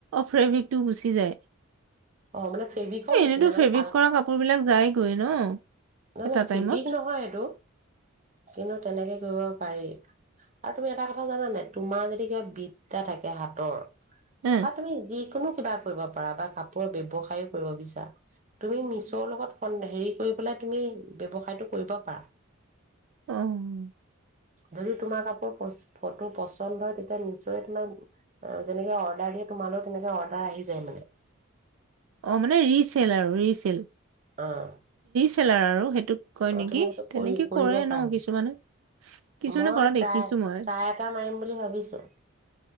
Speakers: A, on the right; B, on the right.
A: ফ্ৰেব্ৰিকটো গুচি যায়।
B: অ মানে ফেব্ৰিকৰ
A: এ এনেইতো
B: নিচিনা
A: ফেব্ৰিক
B: মানে
A: কৰা কাপোৰ বিলাক যায়গৈ ন
B: নহ
A: এটা
B: নহয়
A: টাইমত
B: ফেব্ৰিক নহয় এইটো কিন্তু তেনেকে, কৰিব পাৰি আৰু তুমি এটা কথা জানানে তোমাৰ যদি কিবা বিদ্যা থাকে হাতৰ
A: হে
B: বা তুমি যিকোনো কিবা কৰিব পাৰা বা কাপোৰৰ ব্যৱসায়ও কৰিব বিচাৰা। তুমি মিছৰ লগত ক হেৰি কৰিব পেলাই তুমি ব্যৱসায়টো কৰিব পাৰা।
A: অহ'
B: যদি তোমাৰ কাপোৰ ফটো পছন্দ হয়। তেতিয়া মেছই তোমাক আহ যেনেকে অৰ্ডাৰ দিয়া তোমাৰলৈ তেনেকে অৰ্ডাৰ আহি যায় মানে
A: অ' মানে ৰিচেল আৰু ৰিচেল
B: অ'
A: ে <unintelligible> লাৰ আৰু সেইটো তোক কয়
B: অ
A: নেকি
B: তুমি সেইটো
A: তেনেকে
B: কৰি কৰিব
A: কৰে
B: পাৰা
A: ন কিছুমানে কিছুমানে
B: মই
A: কৰা দেখিছো
B: টাই
A: মই
B: ট্ৰাই এটা মাৰিম বুলি ভাবিছোঁ।